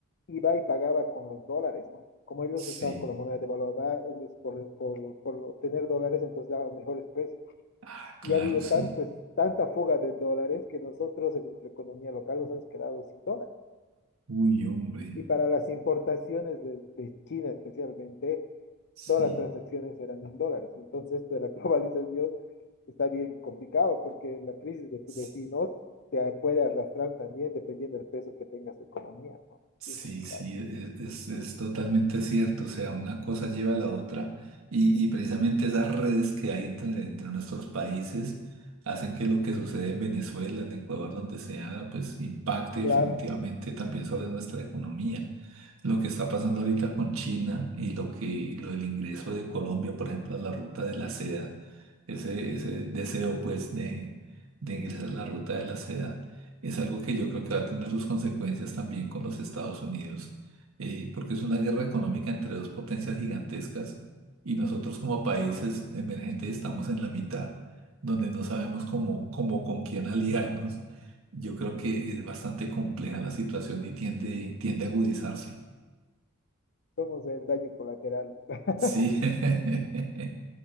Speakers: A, on the left; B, on the right.
A: iba y pagaba con los dólares, ¿no? Como ellos
B: sí.
A: estaban con la moneda devaluada, ellos por, por, por obtener dólares entonces daban mejores precios.
B: Ah, claro,
A: Y ha habido
B: sí.
A: tanto, tanta fuga de dólares que nosotros en nuestra economía local nos hemos quedado sin dólares.
B: Uy, hombre,
A: Y para las importaciones de, de China especialmente,
B: sí.
A: todas las transacciones eran en dólares. Entonces, de la <laughs> globalización está bien complicado porque la crisis de tu
B: s-
A: vecino te puede arrastrar también dependiendo del peso que tengas de economía, ¿no?
B: Sí,
A: Bien complicado.
B: sí, e- e-, es, es totalmente cierto. O sea, una cosa lleva a la otra y, y precisamente esas redes que hay entre, entre nuestros países hacen que lo que sucede en Venezuela, en Ecuador, donde sea, pues impacte definitivamente
A: Claro,
B: también sobre nuestra economía. lo que está pasando ahorita con China y lo que lo del ingreso de Colombia, por ejemplo, a la ruta de la seda, ese, ese deseo pues de, de ingresar a la ruta de la seda, es algo que yo creo que va a tener sus consecuencias también con los Estados Unidos, eh, porque es una guerra económica entre dos potencias gigantescas y nosotros como países emergentes estamos en la mitad, donde no sabemos cómo, cómo con quién aliarnos. Yo creo que es bastante compleja la situación y tiende, tiende a agudizarse.
A: somos el daño colateral. <laughs>
B: Sí. <laughs>